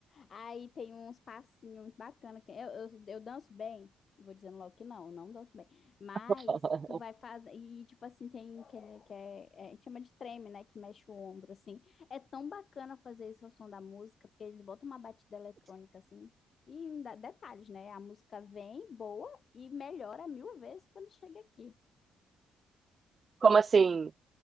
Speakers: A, on the left (about 50°); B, on the right (about 35°).
A: Aí tem uns passinhos muito bacanas. que Eu, eu, eu danço bem. Vou dizendo logo que não, eu não danço bem. Mas
B: <laughs>
A: tu vai fazer. E, tipo assim, tem que, que é, é, a gente chama de treme, né? Que mexe o ombro, assim. É tão bacana fazer isso ao som da música, porque eles botam uma batida eletrônica, assim. E ainda- detalhes, né? A música vem boa e melhora mil vezes quando chega aqui.
B: Como assim?